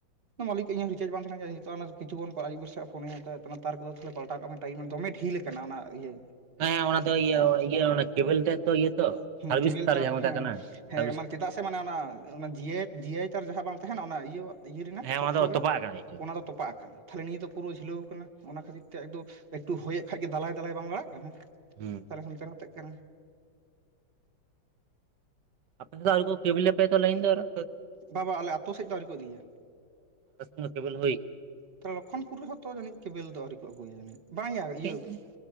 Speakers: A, on the right (about 45°); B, on the right (about 65°).
A: ᱢᱟᱹᱞᱤᱠ ᱤᱧ ᱦᱚᱸ ᱨᱤᱪᱟᱨᱡᱽ ᱵᱟᱝ ᱛᱟᱦᱮᱱᱟ ᱱᱤᱛᱚᱜ ᱚᱱᱟ ᱠᱤᱪᱷᱩ ᱠᱷᱚᱱ ᱟᱭᱩᱵ ᱵᱮᱲ ᱥᱮᱫ ᱯᱷᱚᱱᱮ ᱦᱟᱛᱟᱣᱮᱫ ᱠᱟᱱᱟ ᱛᱟᱨ ᱠᱚᱫᱚ ᱛᱟᱦᱚᱞᱮ ᱯᱟᱞᱴᱟᱣᱟᱜ ᱢᱮ ᱴᱟᱭᱤᱢ ᱫᱚᱢᱮ ᱰᱷᱤᱞ ᱟᱠᱟᱱᱟ ᱚᱱᱟ ᱤᱭᱟᱹ
B: ᱦᱮᱸ ᱦᱮᱸ ᱚᱱᱟ ᱫᱚ ᱤᱭᱟᱹ
A: ᱛᱟᱨ
B: <unintelligible> ᱚᱱᱟ ᱠᱮᱵᱮᱞ ᱨᱮᱭᱟᱜ ᱛᱚ ᱤᱭᱟᱹ ᱛᱚ
A: ᱦᱩᱸ
B: ᱥᱟᱨᱵᱷᱤᱥ
A: ᱠᱮᱵᱮᱞ
B: ᱛᱟᱨ ᱡᱟᱦᱟᱸ ᱢᱮᱛᱟᱜ
A: ᱦᱮᱸ
B: ᱠᱟᱱᱟ
A: ᱦᱮᱸ
B: ᱥᱟᱨᱵᱷᱤᱥ
A: ᱢᱟᱱᱮ
B: ᱛᱟᱨ
A: ᱪᱮᱫᱟᱜ ᱢᱟᱱᱮ ᱚᱱᱟ ᱡᱤᱭᱟᱹ ᱡᱤᱭᱟᱹᱭ ᱛᱟᱨ ᱡᱟᱦᱟᱸ ᱵᱟᱝ ᱛᱟᱦᱮᱱᱟ ᱚᱱᱟ ᱤᱭᱟᱹ ᱤᱭᱟᱹ ᱨᱮᱱᱟᱜ
B: ᱦᱮᱸ
A: ᱥᱚᱠᱛᱚ
B: ᱚᱱᱟ ᱫᱚ
A: ᱜᱮ
B: ᱛᱚᱯᱟᱜ ᱟᱠᱟᱱᱟ ᱪᱮ
A: ᱚᱱᱟ ᱫᱚ ᱛᱚᱯᱟᱜ ᱟᱠᱟᱱᱟ ᱛᱟᱦᱚᱞᱮ ᱱᱤᱭᱟᱹ ᱫᱚ ᱯᱩᱨᱟᱹ ᱡᱷᱤᱞᱟᱹᱣ ᱟᱠᱟᱱᱟ ᱚᱱᱟ ᱠᱷᱟᱹᱛᱤᱨ ᱛᱮ ᱮᱠᱴᱩ ᱦᱚᱭᱮᱫ ᱠᱷᱟᱡ ᱜᱮ ᱫᱟᱞᱟᱭ ᱫᱟᱞᱟᱭ ᱵᱟᱝ ᱞᱟᱲᱟᱜ ᱠᱟᱱᱟ᱾
B: ᱦᱮᱸ᱾
A: ᱛᱟᱦᱚᱞᱮ ᱦᱟᱱᱛᱮ ᱱᱟᱛᱮᱫ ᱠᱟᱱᱟ᱾
B: ᱟᱯᱮ ᱥᱮᱫ ᱫᱚ ᱟᱣᱨᱤ ᱠᱮᱵᱮᱞ ᱟᱯᱮᱭᱟ ᱞᱟᱭᱤᱱ ᱫᱚ ᱟᱨᱚ
A: ᱵᱟ-ᱵᱟ ᱟᱞᱮ ᱟᱛᱳ ᱥᱮᱫ ᱫᱚ ᱟᱹᱣᱨᱤ ᱠᱚ ᱤᱫᱤᱭᱟ᱾
B: ᱟᱞᱮ ᱥᱮᱱ ᱫᱚ ᱠᱮᱵᱮᱞ ᱦᱩᱭ ᱟᱠᱟᱱᱟ᱾
A: ᱛᱟᱦᱚᱞᱮ ᱞᱚᱠᱠᱷᱚᱱᱯᱩᱨ ᱨᱮᱦᱚᱸ ᱛᱚ ᱡᱟᱹᱱᱤᱡ ᱠᱮᱵᱮᱞ ᱫᱚ ᱟᱹᱣᱨᱤ ᱠᱚ ᱟᱹᱜᱩᱭᱟ ᱡᱟᱹᱱᱤᱡ ᱵᱟᱝᱭᱟ
B: ᱟᱠᱟᱱᱟ
A: ᱤᱭᱟᱹ